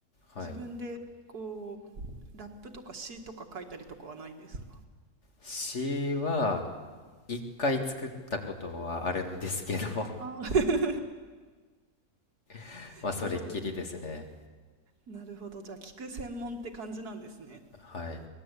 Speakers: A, on the left; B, on the right.
A: はい。
B: 自分でこう、ラップとか詩とか書いたりとかはないんですか
A: 詩は一回作ったことはあるんですけど
B: ああー、
A: <laughs>
B: <laughs>
A: まあそれっきりですね。
B: すごい。なるほど。じゃあ聞く専門って感じなんですね。
A: はい。